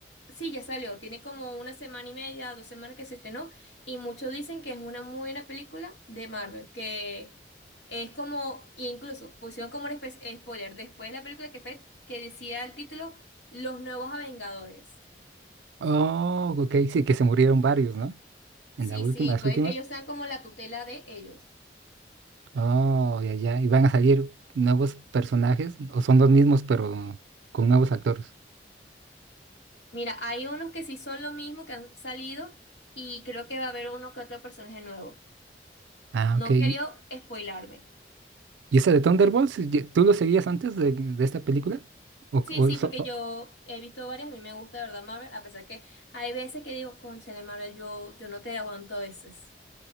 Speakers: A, on the left; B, on the right.
A: Sí, ya salió. Tiene como una semana y media, dos semanas que se estrenó. Y muchos dicen que es una muy buena película de Marvel. Que es como, e incluso pusieron como un espe- spoiler después de la película que fue, que decía el título, Los Nuevos Vengadores.
B: Oh, ok, sí, que se murieron varios, ¿no?
A: Sí,
B: En la última,
A: sí,
B: las
A: puede
B: últimas.
A: que ellos sean como la tutela de ellos.
B: Oh, ya, ya. Y van a salir nuevos personajes, o son los mismos, pero con nuevos actores.
A: Mira, hay unos que sí son lo mismo, que han salido. Y creo que va a haber uno que otro personaje nuevo.
B: Ah,
A: No
B: ok. ¿Y
A: quería spoilarme.
B: esa de Thunderbolts, ye- tú lo seguías antes de, de esta película? ¿O,
A: Sí,
B: o
A: sí,
B: so-
A: porque
B: o-
A: yo he visto varias, a mí me gusta, de ¿verdad, Marvel? A pesar que hay veces que digo, cónchale, Marvel, yo, yo no te aguanto a veces.